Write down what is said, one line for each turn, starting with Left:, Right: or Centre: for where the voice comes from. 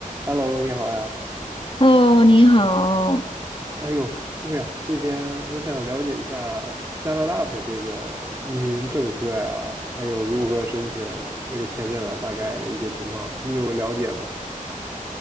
Right: Hello，你好呀。
Left: Hello，你好，
Right: 哎呦，对呀，这边我想了解一下加拿大的这个移民政策呀，还有如何申请这个签证啊，大概的一些情况，你有了解吗？